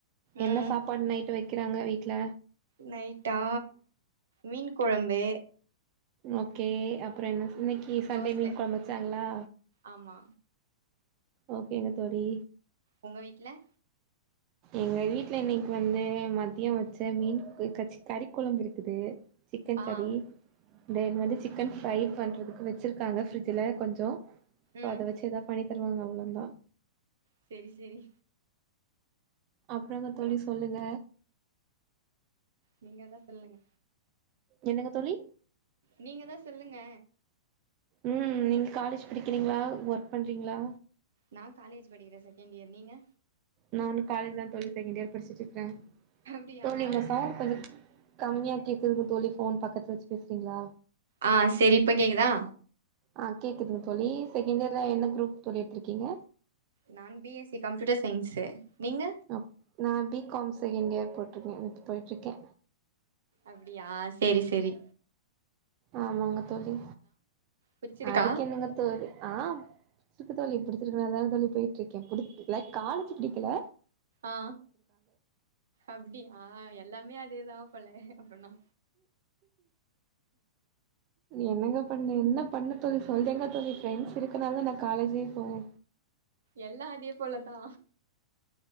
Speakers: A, on the right; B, on the right.
A: ம்
B: என்ன சாப்பாடு நைட்டு வைக்கிறாங்க வீட்ல
A: நைட்டா மீன் கொழம்பு
B: ஓகே அப்புற என்ன இன்னைக்கு சண்டே
A: தோச
B: மீன் கொழம்பு வச்சாங்களா
A: ஆமா
B: ஓகேங்க தோழி
A: உங்க வீட்ல
B: எங்க வீட்ல இன்னைக்கு வந்து மத்திய வச்ச மீன் க சி கறி கொழம்பு இருக்குது சிக்கன்
A: ஆ
B: கறி தென் வந்து சிக்கன் ஃப்ரை பண்றதுக்கு வெச்சிருக்காங்க ஃப்ரிட்ஜ்ல கொஞ்சொ சோ
A: ம்
B: அத வச்சு ஏதா பண்ணி தருவாங்க அவங்க அம்மா
A: செரி செரி
B: அப்புறங்க
A: அப்றோ
B: தோழி சொல்லுங்க
A: நீங்க எதா சொல்லுங்க
B: என்னங்க தோழி
A: நீங்க எதா சொல்லுங்க
B: ம் நீங்க காலேஜ் படிக்கிறீங்களா ஒர்க் பண்றீங்களா
A: நா காலேஜ் படிக்கிறே செகண்ட் இயர் நீங்க
B: நானு காலேஜ் தா தோழி செகண்ட் இயர் படிச்சுட்டு இருக்குறே
A: அப்டியா
B: தோழி உங்க
A: என்ன
B: சார் கொஞ்ச கம்மியா கேக்குதுங்க தோழி ஃபோன் பக்கத்துல வெச்சு பேசுறீங்களா
A: ஆ செரி இப்ப கேக்குதா
B: ஆ கேக்குதுங்க தோழி செகண்ட் இயர்ல என்ன குரூப் தோழி எடுத்திருக்கீங்க
A: நான் B S C computer science நீங்க
B: அப் நா பி காம் செகெண்ட் இயர் போட்ருக்க இப்ப போய்ட்ருக்க
A: அப்டியா சேரி சேரி
B: ஆமாங்க தோழி
A: புடிச்சிருக்கா
B: அதுக்கென்னங்க தோழி ஆ இருக்கு தோழி இப்டி இதனால தா தோழி போய்ட்ருக்கே பிடிக்கல காலேஜு பிடிக்கல
A: ஆ அப்டியா எல்லாமே அதேதா போல அப்பன்னா
B: என்னங்க பண்ணு என்ன பண்ண தோழி சொல்லுங்க தோழி ஃப்ரெண்ட்ஸ் இருக்குனால தான காலேஜே போவோ
A: எல்லா அதே போலதா